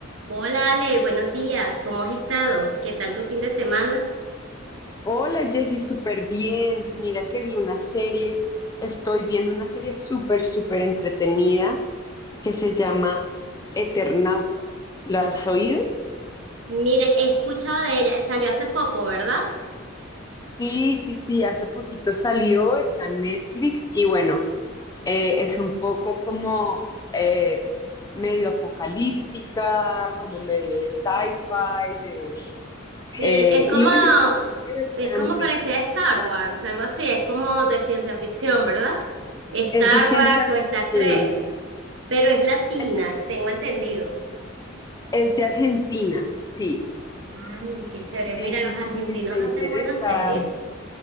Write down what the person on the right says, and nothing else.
Hola Ale, buenos días, ¿cómo has estado? ¿Qué tal tu fin de semana?
Mire, he escuchado de ella, salió hace poco, ¿verdad?
Sí,
es como,
es como parecía Star Wars, algo así, es como de ciencia ficción, ¿verdad? Star
Wars o
Star Trek, pero es latina,
tengo entendido.
Ay, qué chévere,
mira,
los
argentinos
hacen buenas series.